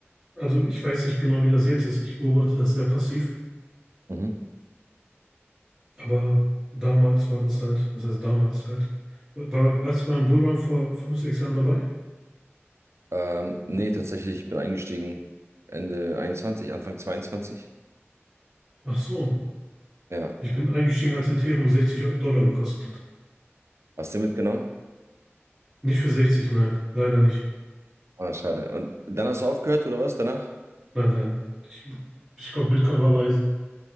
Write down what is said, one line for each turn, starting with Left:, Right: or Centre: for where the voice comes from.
Centre: also ich weiß nicht genau, wie das jetzt ist. Ich beobachte das sehr passiv,
Right: Mhm.
Centre: aber damals war das halt, was heißt damals halt? War, warst du beim Bullrun vor fünf, sechs Jahren dabei?
Right: Ähm, nee, tatsächlich, ich bin eingestiegen Ende 21, Anfang 22.
Centre: Ach so,
Right: Ja.
Centre: ich bin eingestiegen, als Ethereum 60 Eu- Dollar gekostet hat.
Right: Hast du mitgenommen?
Centre: Nicht für 60, nein, leider nicht.
Right: Ah, schade. Und dann hast du aufgehört oder was danach?
Centre: Nein, nein. Ich, ich glaube, Bitcoin war bei,